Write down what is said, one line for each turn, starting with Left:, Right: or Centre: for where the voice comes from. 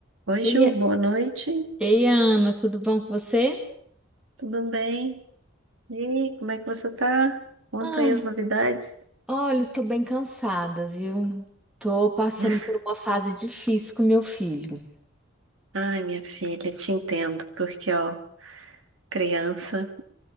Right: Oi,
Centre: Ei,
Right: Ju, boa noite.
Centre: ei, Ana, tudo bom com você?
Right: Tudo bem? E aí, como é que você tá? Conta
Centre: Ah,
Right: aí as novidades.
Centre: olha, tô bem cansada, viu? Tô passando
Right: <laughs>
Centre: por uma fase difícil com meu filho.
Right: Ai, minha filha, te entendo, porque, ó, criança,